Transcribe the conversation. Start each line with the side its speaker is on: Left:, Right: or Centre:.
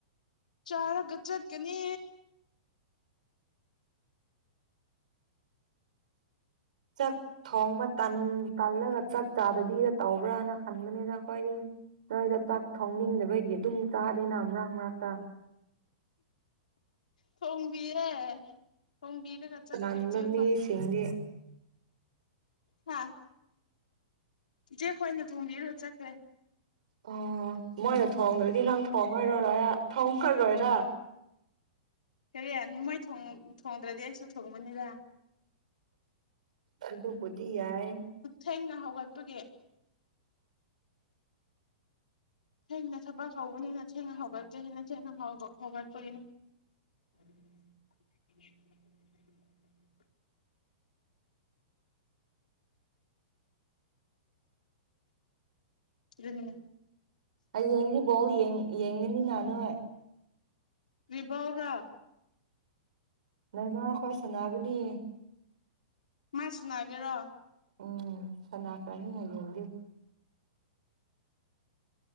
Left: ꯆꯔꯒꯆꯠ ꯀꯅꯤ
Right: ꯆꯥꯛ ꯊꯣꯡꯕ ꯇꯜꯂꯒ ꯆꯥꯛ ꯆꯥꯗꯕꯤꯗ ꯇꯧꯕ꯭ꯔꯥꯅ ꯈꯟꯕꯅꯤꯅ ꯑꯩꯈꯣꯏꯗꯤ ꯅꯣꯏꯗ ꯆꯥꯛ ꯊꯣꯡꯅꯤꯡꯗꯕꯒꯤ ꯑꯗꯨꯝ ꯆꯥꯗꯦꯅ ꯃꯔꯛ- ꯃꯔꯛꯇ꯫
Left: ꯊꯣꯡꯕꯤꯌꯦ ꯊꯣꯡꯕꯤꯔꯒ ꯆꯠꯈ꯭ꯔꯦ
Right: <unintelligible>
Left: ꯏꯆꯦꯈꯣꯏ
Right: ꯃꯤ ꯁꯤꯡꯗꯤ
Left: ꯍꯥ ꯆꯦ ꯈꯣꯏꯅ ꯊꯣꯡꯕꯤꯔꯒꯥ ꯆꯠꯈꯥ꯫
Right: ꯑꯣ ꯃꯣꯏꯅ ꯊꯣꯡꯗ꯭ꯔꯗꯤ ꯅꯪ ꯊꯣꯡꯉꯣꯏꯔꯔꯣꯏ ꯊꯣꯡꯈ꯭ꯔꯔꯣꯏꯔ
Left: ꯀꯔꯤ ꯃꯣꯏ ꯊꯣꯡꯗ꯭ꯔꯗꯤ ꯑꯩꯁꯨ ꯊꯣꯡꯕꯅꯤꯗꯥ
Right: ꯑꯗꯨꯕꯨꯗꯤ ꯌꯥꯏ
Left: ꯁꯦꯡꯅ ꯍꯧꯒꯠꯄꯒꯤ ꯊꯦꯡꯅ ꯊꯕꯛ ꯍꯧꯕꯅꯤꯅ ꯊꯦꯡꯅ ꯍꯧꯒꯠꯀꯦ ꯍꯥꯏꯦꯅ ꯊꯦꯡꯅ ꯍꯧꯒꯠꯄꯒꯤꯅꯤ ꯎꯝ <inaudible> ꯑꯗꯨꯝ
Right: ꯍꯌꯦꯡꯗꯤ ꯕ‌ꯣꯜ ꯌꯦꯡ ꯌꯦꯡꯅꯤꯅꯥ ꯅ‌ꯣꯏ
Left: ꯕꯤꯕ‌ꯧꫪꯥ
Right: ꯅꯃ ꯑꯩ ꯈꯈꯣꯏ ꯁꯥꯟꯅꯥꯒꯅꯤ
Left: ꯃꯥꯁꯨꯅꯒꯦ ꯔꯣ
Right: ꯎꯝ ꯁꯅꯥ ꯐ꯭ꯔꯅꯤ ꯍꯥꯏ ꯌꯦꯡꯗ